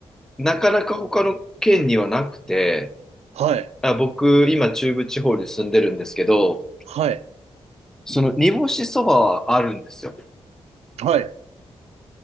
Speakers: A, in the centre; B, on the right (about 80°).
A: なかなか他の県にはなくて、
B: はい、
A: あ、僕、今中部地方に住んでるんですけど、
B: はい、
A: その煮干しそばはあるんですよ。
B: はい。